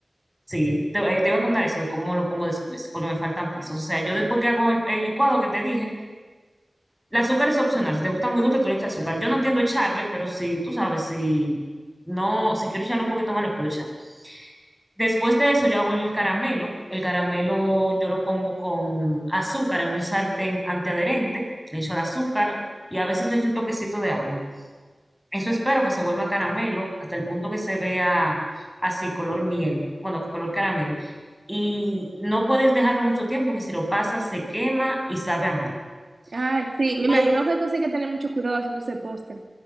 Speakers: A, in the centre; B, on the right.
A: sí, te, eh, te iba a contar eso de cómo lo pongo después, porque me faltan pasos, o sea, yo después que hago el, el licuado que te dije, el azúcar es opcional. Si te gusta muy dulce, tú le echas azúcar. Yo no tiendo a echarle, pero si tú sabes, si no, si quiero echarle un poquito más, le puedo echar. Después de eso, yo hago el caramelo. El caramelo yo lo pongo con azúcar en un sartén antiadherente. Le echo el azúcar y a veces le echo un toquecito de agua. Eso espero que se vuelva caramelo hasta el punto que se vea así, color miel. Bueno, color caramelo. Y no puedes dejarlo mucho tiempo porque si lo pasas se quema y sabe amargo.
B: Ay, sí,
A: Luego,
B: me imagino que entonces hay que tener mucho cuidado haciendo ese postre.